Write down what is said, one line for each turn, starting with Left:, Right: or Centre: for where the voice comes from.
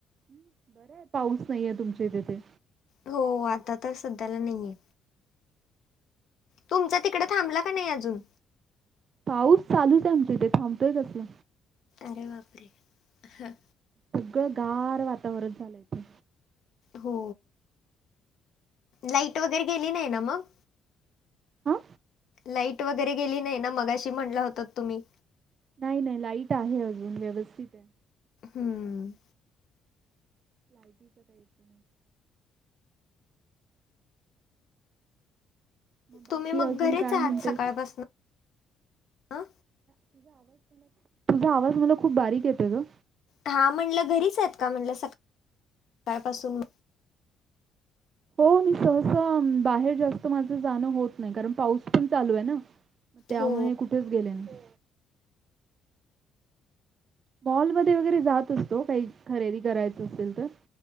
Right: हम्म बरं आहे पाऊस नाहीे आहे तुमच्या तिथे.
Left: हो आता तर सध्याला नाहीय. तुमच्या तिकडें थांबला का नाही अजून?
Right: पाऊस चालूच आहे आमच्या इथे थांबतोय कसला?
Left: अरे बापरे ह.
Right: सगळं गार वातावरण झालायचं.
Left: हो. लाइट वगैरे गेली नाही ना मग?
Right: हां?
Left: लाईट वगैरे गेली नाही ना मगाशी म्हटलं होतात तुम्ही,
Right: नाही नाही लाईट आहे अजून व्यवस्थित आहे.
Left: हम्म.
Right: लाईटिचा काय इशू नाही. मग बाकी
Left: तुम्ही
Right: अजून
Left: घरीच
Right: काय
Left: आहात
Right: म्हणतेस?
Left: सकाळपासून ना?
Right: तुझा आवाज तुझा आवाज मला खूप बारीक येतोय ग.
Left: हा म्हणलं घरीच आहेत का म्हणलं सका सकाळपासून?
Right: हो मी सहसा बाहेर जास्त माझं जाणं होत नाही, कारण पाऊस पण चालू आहे ना त्यामुळे
Left: हो
Right: कुठेच गेले नाही. मॉलमध्ये वगैरे जात असतो, काही खरेदी करायचं असेल तर.